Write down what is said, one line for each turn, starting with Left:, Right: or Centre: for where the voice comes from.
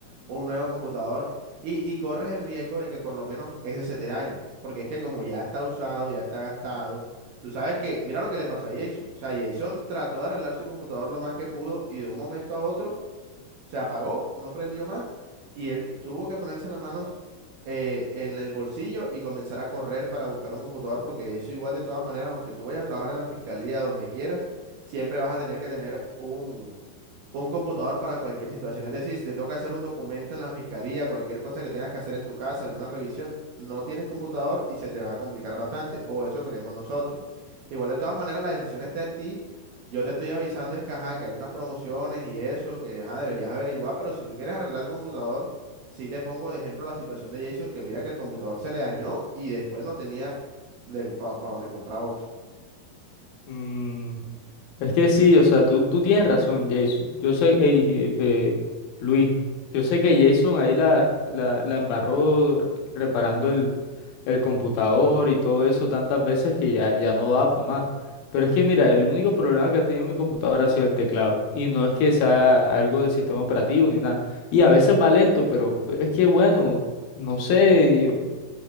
Right: un nuevo computador y, y corres el riesgo de que por lo menos ese se te dañe. Porque es que como ya está usado, ya está gastado, tú sabes que, mira lo que le pasó a Jason. O sea, Jason trató de arreglar su computador lo más que pudo y de un momento a otro se apagó, no prendió más y él tuvo que ponerse las manos eh, en el bolsillo y comenzar a correr para buscar un computador porque eso igual de todas maneras, aunque tú vayas a trabajar en la fiscalía donde quieras, siempre vas a tener que tener un, un computador para cualquier situación. Es decir, si te toca hacer un documento en la fiscalía, cualquier cosa que tengas que hacer en tu casa, alguna revisión, no tienes computador y se te va a complicar bastante. O eso creemos nosotros. Igual de todas maneras, la decisión está en ti yo te estoy avisando es que, ajá, que hay unas promociones y eso, que ajá, deberías averiguar, pero si tú quieres arreglar el computador, sí te pongo de ejemplo la situación de Jason, que mira que el computador se le dañó y después no tenía de, para donde comprar otro.
Left: Mm, Es que sí, o sea, tú, tú tienes razón, Jason. Yo sé, eh, y, eh, eh, Luis, yo sé que Jason ahí la, la, la embarró re- reparando el, el computador y todo eso tantas veces que ya, ya no da para más. Pero es que mira, el único problema que ha tenido mi computadora ha sido el teclado. Y no es que sea algo del sistema operativo ni nada. Y a veces va lento, pero, pero es que bueno, no sé, yo-